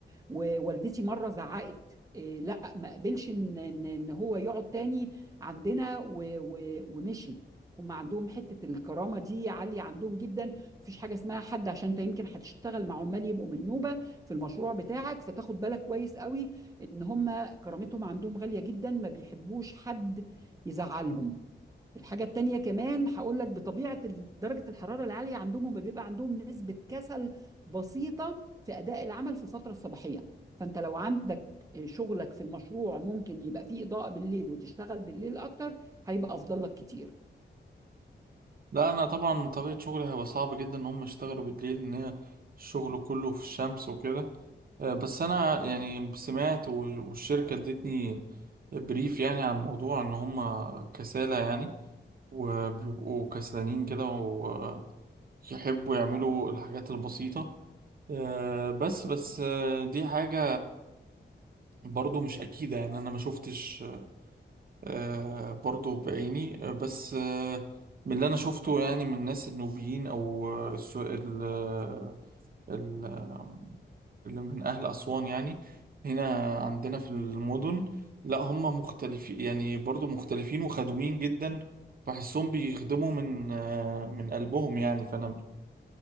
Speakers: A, on the right; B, on the right.
A: ووالدتي مره زعقت إيه لا ما قبلش ان ان إن هو يقعد تاني عندنا و و ومشي هم عندهم حته الكرامه دي عاليه عندهم جدا مفيش حاجه اسمها حد عشان انت يمكن هتشتغل مع عمال يبقوا من نوبه في المشروع بتاعك فتاخد بالك كويس قوي ان هم كرامتهم عندهم غاليه جدا ما بيحبوش حد يزعلهم الحاجة التانية كمان هقول لك بطبيعة ال- درجة الحرارة العالية عندهم هم بيبقى عندهم نسبة كسل بسيطة في أداء العمل في الفترة الصباحية فأنت لو عندك آه، شغلك في المشروع ممكن يبقى فيه إضاءة بالليل وتشتغل بالليل أكتر هيبقى أفضل لك كتير
B: لا أنا طبعا طبيعة شغلي هيبقى صعب جدا إن هم يشتغلوا بالليل إن هي الشغل كله في الشمس وكده آه، بس أنا يعني سمعت و- والشركة ادتني بريف يعني عن الموضوع إن هم كسالى يعني وبيبقوا كسلانين كده ويحبوا يعملوا الحاجات البسيطة آه، بس بس آه، دي حاجة برضو مش أكيدة يعني أنا ما شفتش آه، برضو بعيني آه، بس آه، من اللي انا شفته يعني من الناس النوبيين او آه، السو- ال آه، ال- آه، اللي من أهل أسوان يعني هنا عندنا في المدن لا هم مختلفين يعني برضو مختلفين وخدومين جدا بحسهم بيخدموا من آه، من قلبهم يعني فأنا